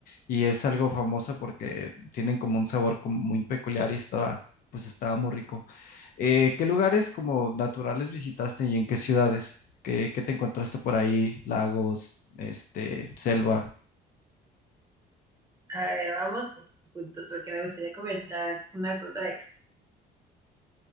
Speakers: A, on the left (about 60°); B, on the right (about 20°).
A: Y es algo famosa porque tienen como un sabor como muy peculiar y estaba, pues estaba muy rico. Eh, ¿qué lugares como naturales visitaste y en qué ciudades? ¿Qué, qué te encontraste por ahí? Lagos, este, selva.
B: A ver, vamos juntos porque me gustaría comentar una cosa de